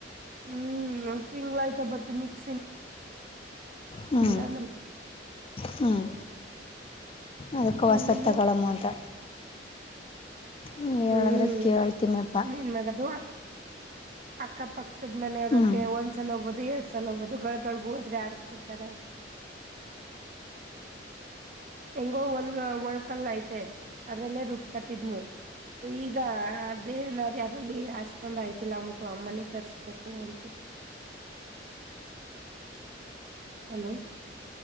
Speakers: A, on the right; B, on the left.
A: ಹ್ಮ್ ಒಂದ್ ತಿಂಗ್ಳ ಆಯ್ತ ಬತ್ತು ಮಿಕ್ಸಿ
B: ಹ್ಮ್
A: ಇಲ್ಲ ನಮ್
B: ಹ್ಮ್ ಅದಕ್ಕೆ ವಸಂತ
A: ಇನ್ನೇನು
B: ಕಳಮ್ಮ ಅಂತ ಹ್ಮ ಹೇಳದ್ರೆ
A: ಹ್ಮ್
B: ಕೇಳ್ತಮ್ಯಪ್ಪಾ
A: ಇನ್ನೇನ್ ಮಾಡೋದು ಅಕ್ ಅಕ್ಕಪಕ್ಕದ ಮನೆಯವ್ರಗೆ
B: ಹ್ಮ್
A: ಒಂದ್ಸಲ ಹಬ್ಬದು ಎಡ್ಸಲ್ ಹೋಗಬೋುದು ಗಗಳಗೊಳ್ಗ ಹೋದ್ರೆ ಆಡ್ಸ್ಕೊಡ್ತಾರ ಹೆಂಗೋ ಒಲ್ ಒಳ್ಕಲ್ ಐತೆ ಅದ್ರಲ್ಲೇ ರುಬ್ಕತಿದ್ಮ ಈಗ ಅದೇನಾರ ಯಾರಲ್ಲಿ ಅಷ್ಟೊಂದ ಆಯ್ತಿಲ್ಲ ಅಂದಟ್ಟು ಅಮ್ಮನೇ ತರ್ಸ್ಬೇಕು ಅಂತಿದು <unintelligible> ಹಲೋ